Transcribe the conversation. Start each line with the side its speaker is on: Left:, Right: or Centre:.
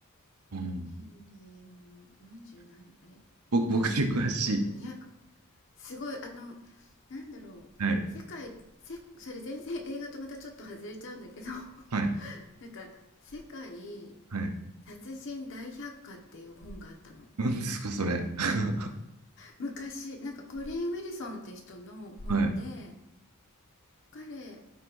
Right: うん。
Left: ヘンリーも40何あれ
Right: ぼ僕に詳しい。
Left: 多分な200200すごいあのなんだろう世界せそれ全然映画とまたちょっと外れちゃうんだけど
Right: はい。はい。
Left: <laughs> なんか「世界
Right: はい。
Left: 殺人大百科」っていう本があったの
Right: 何ですか、それ。<laughs>
Left: 昔なんかコリン・ウィルソンって人の本で
Right: はい。
Left: 彼